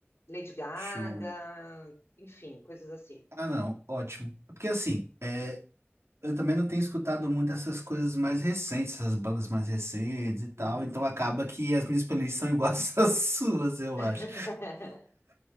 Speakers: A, on the left; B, on the right.
A: Lady Gaga,
B: show.
A: enfim, coisas assim.
B: Ah, não, ótimo. Porque assim, é, eu também não tenho escutado muito essas coisas mais recentes, essas bandas mais recentes e tal,
A: Uhum.
B: então acaba que as minhas playlists são iguais <laughs> às suas, eu
A: <laughs>
B: acho.